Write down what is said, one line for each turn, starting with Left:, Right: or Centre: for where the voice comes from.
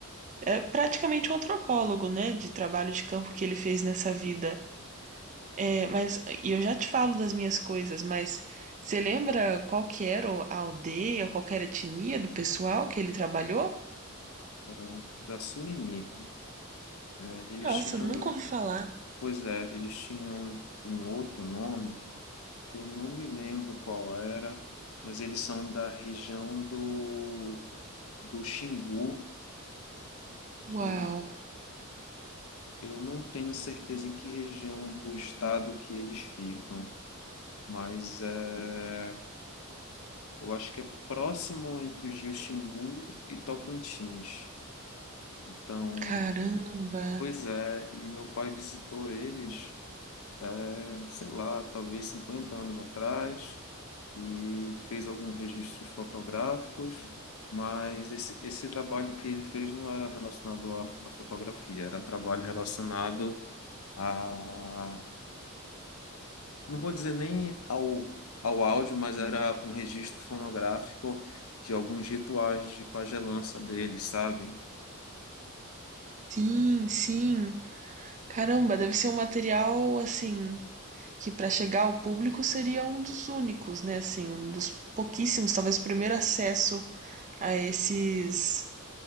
Right: é praticamente um antropólogo, né? De trabalho de campo que ele fez nessa vida. É, mas e eu já te falo das minhas coisas, mas você lembra qual que era a aldeia, qual que era a etnia do pessoal que ele trabalhou?
Left: Eram da Surini, né? Eles
Right: Nossa,
Left: tinham,
Right: nunca ouvi falar.
Left: pois é, eles tinham um outro nome que eu não me lembro qual era, mas eles são da região do, do Xingu,
Right: Uau,
Left: que eu não tenho certeza em que região do estado que eles ficam, mas é, eu acho que é próximo entre os rios Xingu e Tocantins. Então,
Right: caramba.
Left: pois é, e meu pai visitou eles, é, sei lá, talvez 50 anos atrás. e fez alguns registros fotográficos, mas esse, esse trabalho que ele fez não era relacionado à, à fotografia, era trabalho relacionado a, não vou dizer nem ao, ao áudio, mas era um registro fonográfico de alguns rituais de pagelança dele, sabe?
Right: Sim, sim. Caramba, deve ser um material assim que para chegar ao público seria um dos únicos, né? Assim, um dos pouquíssimos, talvez o primeiro acesso a esses,